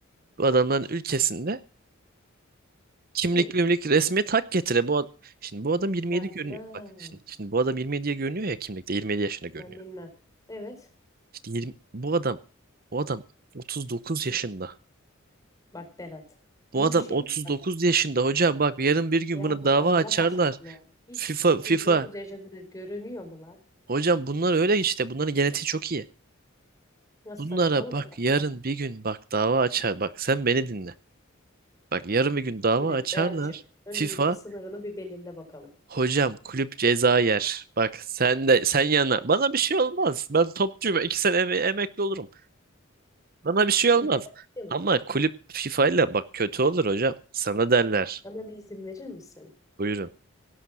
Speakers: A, on the right; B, on the left.
A: bu adamların ülkesinde kimlik
B: Hı,
A: mimlik resmiyet hak getire. Bu ad- şimdi bu adam 27
B: ben
A: görünüyor.
B: bilmem.
A: Bak şimdi, şimdi bu adam 27'ye görünüyor ya kimlikte 27 yaşında görünüyor.
B: Ben bilmem. Evet
A: İşte 20, bu adam bu adam 39 yaşında.
B: bak Berat bu
A: Bu adam
B: işin
A: 39
B: bak
A: yaşında hocam bak yarın bir gün
B: yahu
A: buna dava
B: Allah
A: açarlar.
B: aşkına hiç
A: FIFA
B: 39
A: FIFA
B: yaşında görünüyor mu lan?
A: hocam bunlar öyle işte bunların genetiği çok iyi.
B: Nasıl
A: Bunlara
B: saçmalama
A: bak
B: kankam.
A: yarın bir gün bak dava açar. Bak sen beni dinle. Bak yarın bir gün dava
B: Şimdi
A: açarlar.
B: Berat'cığım öncelikle
A: FIFA
B: sınırını bir belirle bakalım.
A: hocam kulüp ceza yer. Bak sen de sen yana. Bana bir şey olmaz. Ben topçuyum. İki sene eme- emekli olurum. Bana bir şey
B: Şimdi
A: olmaz.
B: Berat'cığım
A: Ama kulüp FIFA ile bak kötü olur hocam. Sana derler.
B: bana bir izin verir misin?
A: Buyurun.